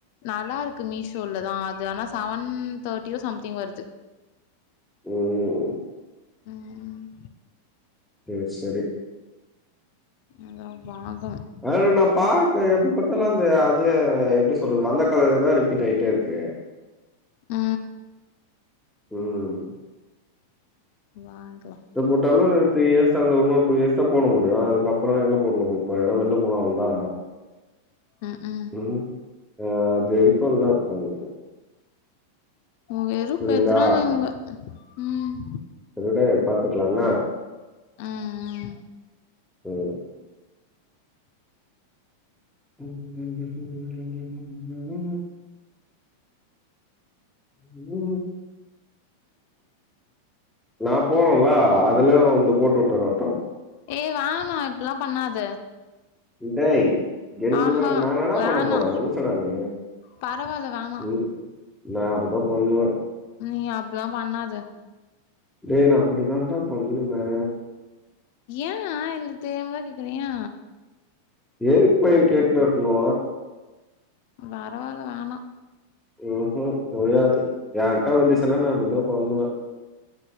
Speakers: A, on the left (about 50°); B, in the centre.
A: நல்லாருக்கு மீஷோல தா அது ஆனா செவன் தேர்ட்டியோ சம்திங் வருது
B: ம்
A: ம்
B: சேர் சேரி
A: அதா பாக்கனு
B: வேறென்னாப்பா எப்ப பாத்தாலு அந்த அது எப்டி சொல்றது வந்த கலரரேதா ரிப்பீட் ஆயிட்டே இருக்கு
A: அ
B: ம்
A: வாங்கலா
B: ட்ட போட்டாலு இந்த த்ரீ இயர்ஸ் அந்த உன்னுரு டூ இயர்ஸ் தா போடா முடியு அதுக்கப்புற எங்க போட்டுன்னு போ போற எங்கே வெள்லா போனோ இதா
A: ம் ம்
B: ம் அ அதுவரைக்கு என்ன பன்னது
A: வெருப்பேத்துறாங்க
B: புரியுதா
A: இவுங்க ம்
B: சரி விடு பாத்துக்கலா என்ன
A: ஆ அ
B: ஓ <unintelligible> ம் மு நா போடனுல்ல அதுலயு வந்து போட்டு வுட்டுறட்டு
A: ஏ வேனா இப்பில்லா பண்ணாத
B: ட் டேய் என்ன
A: ஆஹா
B: நா என்னடா
A: வேணா
B: பண்ண போறே லூசடா நீ
A: பரவால்ல வேணா
B: ம் நா அப்டிதா பண்ணுவே
A: நீ அப்டில்லா பண்ணாத
B: டேய் நா அப்டித்தான்டா பண்ணுவே
A: ஏன் இல்ல தெரியாமதா கேக்குறே யே
B: எதுக்கு பைய கேட்டுன்னே இருக்கணு
A: பரவால்ல வேணா
B: ம் ஹும் முடியாது என்ட்ட வந்துச்சுன்னா நா அப்டித்தா பண்ணுவே